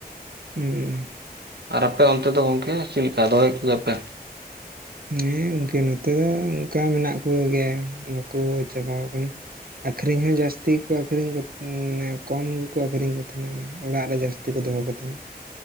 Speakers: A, on the right (about 65°); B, on the right (about 85°).
A: ᱦᱩᱸ ᱩᱸ᱾
B: ᱟᱨ ᱟᱯᱮ ᱚᱱᱛᱮ ᱫᱚ ᱜᱚᱝᱠᱮ ᱪᱤᱫ ᱞᱮᱠᱟ ᱫᱚᱦᱚᱭᱮᱫ ᱠᱚᱜᱮᱭᱟ ᱯᱮ?
A: ᱦᱮᱸ ᱚᱝᱠᱮ ᱱᱚᱛᱮ ᱫᱚ ᱚᱝᱠᱟ ᱢᱮᱱᱟᱜ ᱠᱚᱜᱮᱭᱟ ᱵᱟᱠᱳ ᱪᱟᱵᱟᱣᱟᱠᱟᱱᱟ ᱾ ᱟᱹᱠᱨᱤᱧ ᱦᱚᱸ ᱡᱟᱹᱥᱛᱤ ᱜᱮᱠᱚ ᱟᱹᱠᱷᱨᱤᱧ ᱠᱚ, ᱩᱸ ᱢᱟᱱᱮ ᱠᱚᱢ ᱜᱮᱠᱚ ᱟᱹᱠᱷᱨᱤᱧ ᱠᱚ ᱛᱟᱦᱮᱸᱱᱟ ᱢᱟᱱᱮ ᱚᱲᱟᱜ ᱨᱮ ᱡᱟᱹᱥ ᱛᱤ ᱠᱚ ᱫᱚᱦᱚ ᱠᱚ ᱛᱟᱦᱮᱸᱱᱟ ᱾